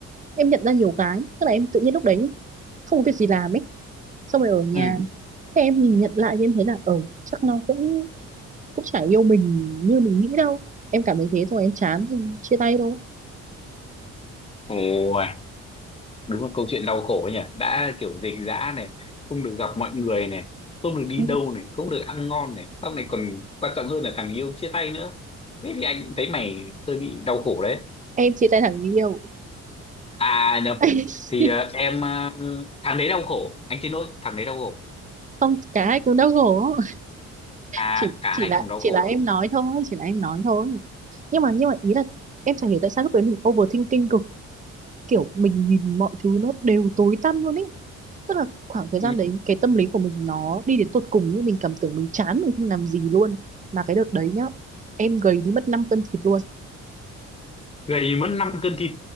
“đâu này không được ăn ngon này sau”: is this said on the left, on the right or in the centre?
Left